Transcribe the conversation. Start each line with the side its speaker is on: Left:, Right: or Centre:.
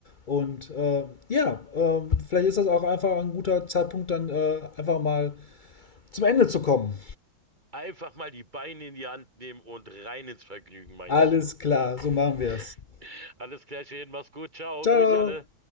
Left: Und äh, ja, ähm, vielleicht ist das auch einfach ein guter Zeitpunkt, dann äh, einfach mal zum Ende zu kommen.
Right: Einfach mal die Beine in die Hand nehmen und rein ins Vergnügen, meinst
Left: Alles
Right: du?
Left: klar, so machen wir
Right: <laughs>
Left: es. Perfekt.
Right: Alles klar, schön, mach's gut, ciao,
Left: Ciao.
Right: grüß alle.